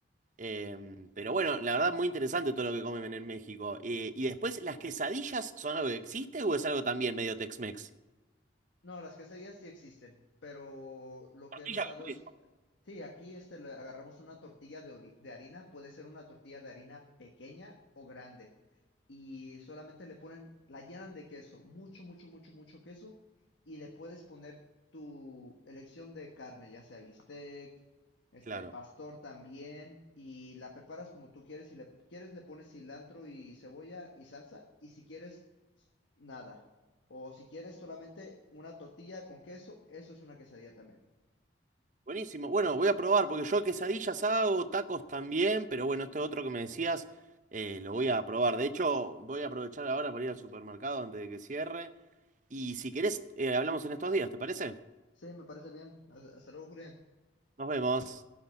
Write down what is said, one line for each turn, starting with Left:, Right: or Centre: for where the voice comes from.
Right: Eh, pero bueno, la verdad muy interesante todo lo que comen en México. Eh, y después, ¿las quesadillas son algo que existe o es algo también medio Tex-Mex?
Left: No, las quesadillas sí existen, pero lo
Right: Tortilla
Left: que he notado
Right: con
Left: es,
Right: queso.
Left: sí, aquí este le agarramos una tortilla de, ori- de harina, puede ser una tortilla de harina pequeña o grande, y solamente le ponen, la llenan de queso, mucho, mucho, mucho, mucho queso, y le puedes poner tu elección de carne, ya sea bistec, este
Right: Claro.
Left: pastor también, y la preparas como tú quieres, si le quieres le pones cilantro y cebolla y salsa, y si quieres nada. O si quieres solamente una tortilla con queso, eso es una quesadilla también.
Right: Buenísimo. Bueno, voy a probar porque yo quesadillas hago, tacos también, pero bueno, este otro que me decías eh, lo voy a probar. De hecho, voy a aprovechar ahora para ir al supermercado antes de que cierre. Y si querés, eh, hablamos en estos días, ¿te parece?
Left: Sí, me parece bien. Hasta hasta luego, Julián.
Right: Nos vemos.